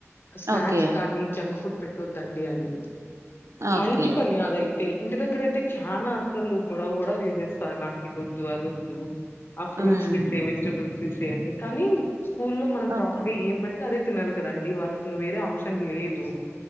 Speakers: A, on the left; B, on the right.
A: స్నాక్స్
B: ఓకే
A: కానీ జంక్ ఫుడ్ పెట్టద్దండి అని
B: ఓకే
A: మంచి పని అదైతే ఇంటి దగ్గర అయితే చాలా అసలు గొడవ గొవ చేసేస్త నాకు ఇది వద్దు అది వద్దు ఆ ఫ్రూట్స్
B: మ్
A: తీసేయి వెజిటబుల్స్ తీసేయంని కానీ స్కూల్లో మనం ప్రాపర్
B: ఓకే
A: గా ఏం పడితే అదే తినాలి కదండి వాళ్ళకి ఇంక వేరే ఆప్షన్ లేదు